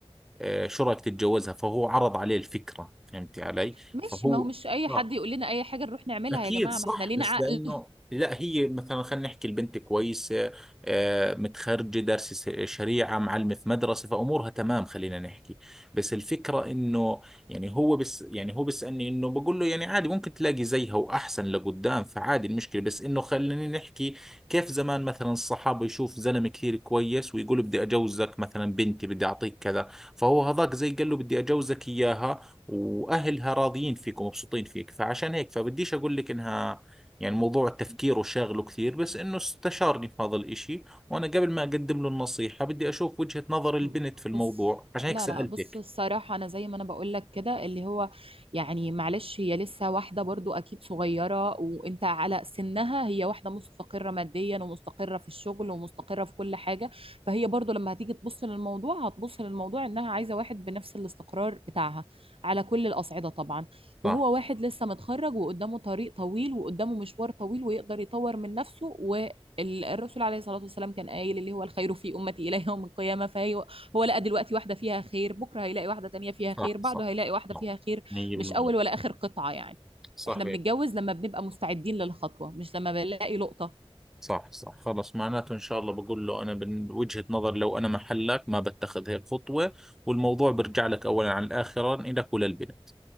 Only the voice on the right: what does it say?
ماشي
ما هو مش اي
حد يقول لنا اي حاجه نروح نعملها
يا جماعه
ما احنا لينا
عقل
م-
بص
لا
لا بص الصراحة أنا زي ما أنا بقول لك كده اللي هو يعني معلش هي لسه واحدة برضو أكيد صغيرة وأنت على سنها هي واحدة مستقرة ماديا ومستقرة في الشغل ومستقرة في كل حاجة فهي برضو لما هتيجي تبص للموضوع هتبص للموضوع إنها عايزة واحد بنفس الاستقرار بتاعها على كل الأصعدة طبعا
وهو واحد لسه متخرج وقدامه طريق طويل وقدامه مشوار طويل ويقدر يطور من نفسه و ال- الرسول عليه الصلاة والسلام كان قايل اللي هو الخير في أمتي إلى يوم القيامة فهي هو لقى دلوقتي واحدة فيها خير بكرة هيلاقي واحدة تانية فيها
خير بعده
هيلاقي واحدة
فيها خير
مش أول ولا آخر قطعة يعني
احنا بنتجوز لما بنبقى مستعدين للخطوة مش لما بنلاقي لقطة